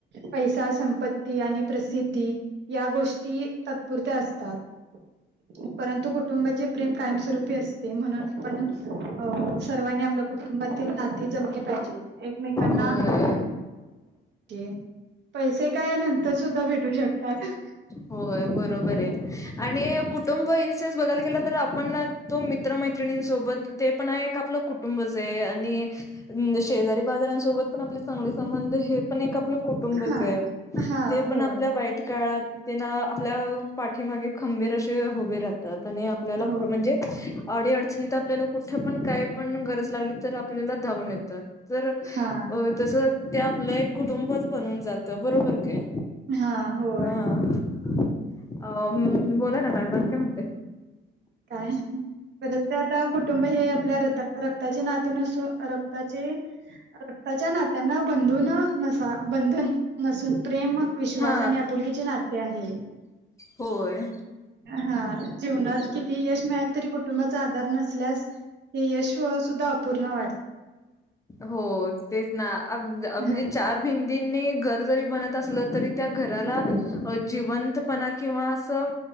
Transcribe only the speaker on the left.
होय
होय बरोबर आहे आणि कुठ. कुटुंब इन सेनस बदयला गेलं तर आपण ना तो मित्र मैत्रिणींसोबत ते पण आहे एक आपलं कु''--'' कुुंब आणि शेजारी बाजार्यांसोबत पण आपले चांगले संबंध हो. पण एक आपलं कुटुंबच
आहे
ते
पण आपल्या वाईट काळात. त्यांना आपल्या पाठीमागे खंबेर असे उभे राहतात आणि आपल्याला
पू म्हणजे. अडी अडचणीत आपल्याला कुठे पण काय पण गरज लागली तर आपल्याला धावून येतात. तर
अ तस ते आपलं एक कुटुंबच बनून जातं बरोबर काय.
ह अ बोला ना मॅम म काय म्हणते.
हा
होय
हो तेच ना आ म्हणजे आबी
चार भि''--'' दींनी घर जरी बनत असलं तरी त्या घराला जिवंतपणा किंवा असं.